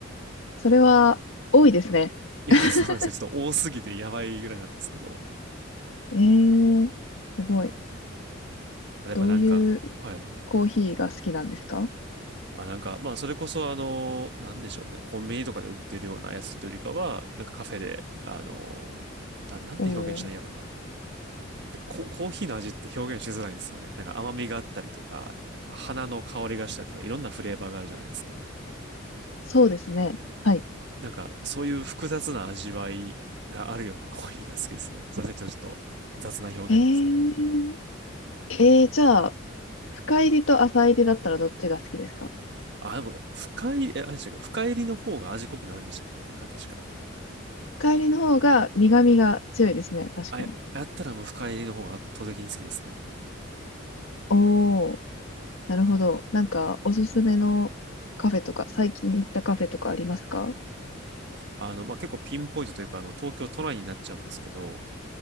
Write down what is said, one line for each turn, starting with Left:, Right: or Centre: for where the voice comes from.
Left: それは多いですね。
Right: いや、
Left: <laughs>
Right: そうなんですよ。ちょっと多すぎてやばいぐらいなんですけど。
Left: えー、すごい。
Right: やっぱなんか、
Left: どういう
Right: はい。
Left: コーヒーが好きなんですか
Right: あ、なんか、まあそれこそあの、なんでしょうね。コンビニとかで売ってるようなやつというよりかは、なんかカフェで、あの、な、なんて表現したらいいんやろうな。
Left: おー、
Right: なんかコ、コーヒーの味って表現しづらいですよね。なんか甘みがあったりとか、なんか花の香りがしたりとか、いろんなフレーバーがあるじゃないですか。
Left: そうですね。はい。
Right: なんか、そういう複雑な味わいがあるようなコーヒーが好きですね。すいません、ちょっと雑な表現ですが。
Left: えー、えー、じゃあ、深入りと浅入りだったらどっちが好きですか
Right: あ、でも、深い、え、あれでしたっけ深入りの方が味濃くなるんでしたっけなんか確か。
Left: 深入りの方が苦味が強いですね。確かに。
Right: あ、ややったらもう深入りの方が圧倒的に好きですね、もう。
Left: おー、なるほど。なんか、おすすめのカフェとか、最近行ったカフェとかありますか
Right: あの、まあ、結構ピンポイントというか、あの、東京都内になっちゃうんですけど、